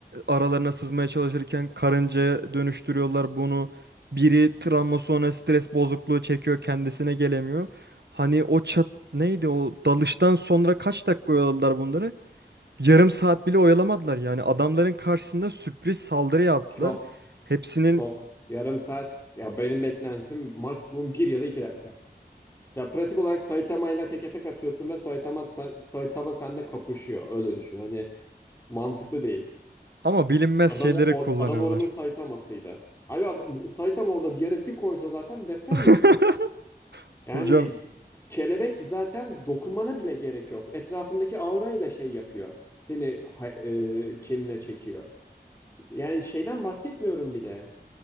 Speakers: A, on the right; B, on the left.
A: aralarına sızmaya çalışırken karıncaya dönüştürüyorlar bunu. Biri travma sonra stres bozukluğu çekiyor, kendisine gelemiyor. Hani o çat neydi o dalıştan sonra kaç dakika oyaladılar bunları? Yarım saat bile oyalamadılar yani adamların karşısında sürpriz saldırı yaptılar.
B: Çok,
A: Hepsinin
B: çok. Yarım saat. Ya benim beklentim maksimum bir ya da 2 dakika. Ya pratik olarak Saitama ile teke tek atıyorsun ve Saitama Saitama seninle kapışıyor. Öyle düşün. Hani mantıklı değil.
A: ama bilinmez
B: Adam
A: şeyleri
B: or,
A: kullanıyorlar.
B: adam oranın Saitamasıydı. Abi adam, Saitama orada bir yere bir koysa zaten deprem
A: <laughs>
B: yapıyor. Yani
A: Hocam
B: kelebek zaten dokunmana bile gerek yok. Etrafındaki aura ile şey yapıyor. Seni ha- e, kendine çekiyor. Yani şeyden bahsetmiyorum bile.